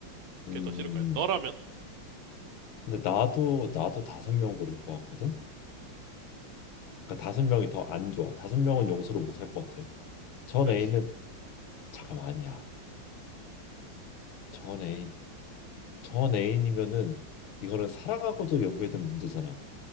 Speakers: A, on the left; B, on the right.
A: 음,
B: 그게 더 싫을 거야. 너라면?
A: 근데 나도 나도 다섯 명 고를 것 같거든. 그러니까 다섯 명이 더 안 좋아. 다섯 명은 용서를 못 할 것 같아. 전
B: 그렇지.
A: 애인은 잠깐만 아니야. 전 애인, 전 애인이면은 이거는 사랑하고도 연결된 문제잖아.